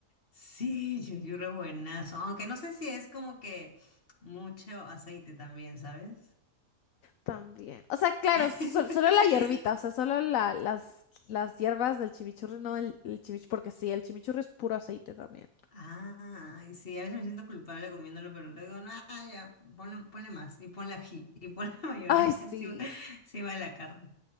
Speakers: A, on the left; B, on the left.
A: Sí, Yuyuru es buenazo, aunque no sé si es como que mucho aceite también, ¿sabes?
B: También. O sea, claro,
A: <laughs>
B: sol- solo la hierbita, o sea, solo la, las, las hierbas del chimichurri, no el, el chimichurri, porque sí, el chimichurri es puro aceite también.
A: Ay, sí, a veces me siento culpable comiéndolo, pero luego digo, no, ah, ya, ponle, ponle más, y ponle ají, y ponle <laughs> mayonesa
B: Ay, sí.
A: encima, encima de la carne.